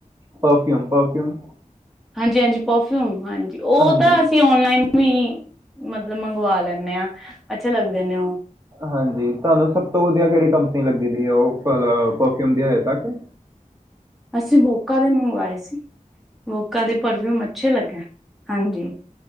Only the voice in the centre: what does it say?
ਹਾਂਜੀ-ਹਾਂਜੀ, ਪਰਫਿਊਮ ਹਾਂਜੀ, ਓ
ਤਾਂ ਅਸੀਂ ਓਨਲਾਈਨ ਵੀ ਮਤਲਬ ਮੰਗਵਾ ਲੈਂਨੇ ਆਂ, ਅੱਛੇ ਲੱਗਦੇ ਨੇ ਓ
ਅਸੀਂ ਵੋਕਾ ਦੇ ਮੰਗਵਾਏ ਸੀ, ਵੋਕਾ ਦੇ ਪਰਫਿਊਮ ਅੱਛੇ ਲੱਗੇ। ਹਾਂਜੀ